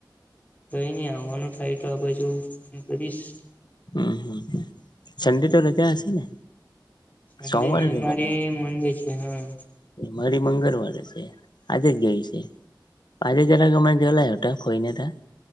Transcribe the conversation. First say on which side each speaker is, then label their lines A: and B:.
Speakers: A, on the left; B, on the left.
A: કઈ ન આવવાનું થાય તો આ બાજુ હ કરીશ.
B: હમ્મ હમ્મ સન્ડે તો રજા હશે ને.
A: સંડે
B: સોમવારે
A: નહી
B: રજા
A: મારે મંડે છે. હા.
B: મારી મંગળવારે છે. આજે ગય છે. આજે જરા અમે ગેલા હતા હોઈની ત્યાં